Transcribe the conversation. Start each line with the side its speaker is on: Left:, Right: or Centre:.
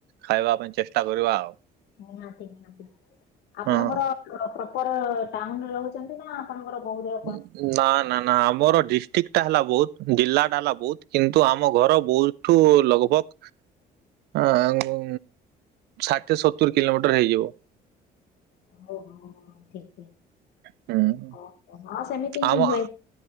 Right: ଖାଇବା ପାଇଁ ଚେଷ୍ଟା କରିବା ଆଉ।
Left: ନିହାତି, ନିହାତି, ନିହାତି ଆପଣଙ୍କର
Right: ହଁ।
Left: କଣ ପ୍ରପର ଟାଉନରେ ରହୁଛି। କେମିତି କଣ ଆପଣଙ୍କର ବୋହୁ ଦେହ?
Right: ଓଁ ନା, ନା। ନା ଆମର ଡିଷ୍ଟ୍ରିକ୍ଟଟା ହେଲା ବହୁତ, ଜିଲ୍ଲା ଟା ହେଲା ବହୁତ, କିନ୍ତୁ ଆମ ଘର ବହୁତଠୁ ଲଗବ୍ ଆ ଓଁ ଷାଠିଏ ସତୁରି କିଲୋମିଟର ହେଇଯିବ।
Left: ହଉ ହଉ ଠିକ ଠିକ।
Right: ହୁଁ,
Left: ଓହୋ ହଁ ସେମିତି ହିଁ
Right: ଆମ
Left: ହୁଏ